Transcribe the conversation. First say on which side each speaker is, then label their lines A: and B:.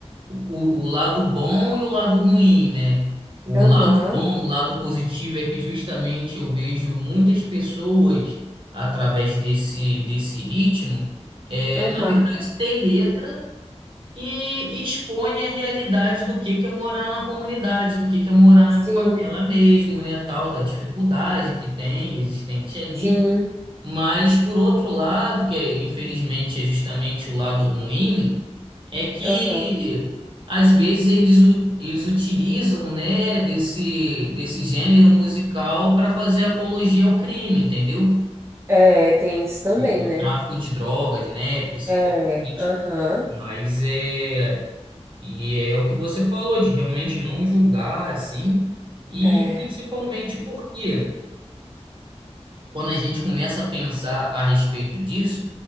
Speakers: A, on the right (about 45°); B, on the right (about 25°).
A: o, o lado bom e o lado ruim, né? O
B: aham,
A: lado bom, o lado positivo é que justamente eu vejo muitas pessoas através desse, desse ritmo, é,
B: aham.
A: na verdade, ter letra que expõe a realidade do que que é morar na comunidade, do que que é morar na
B: Sim,
A: favela mesmo, né? Tal da dificuldade que tem existente ali.
B: sim,
A: Mas, por outro lado, que é, infelizmente é justamente o lado ruim, é que
B: aham.
A: às vezes eles, u- eles utilizam, né, desse, desse gênero musical para fazer apologia ao crime, entendeu?
B: É, tem isso também,
A: De, de
B: né?
A: tráfico de drogas, né, principalmente.
B: É, aham,
A: Mas é. E é o que você falou, de realmente não julgar, assim. E
B: é,
A: principalmente porque. quando a gente começa a pensar a respeito disso,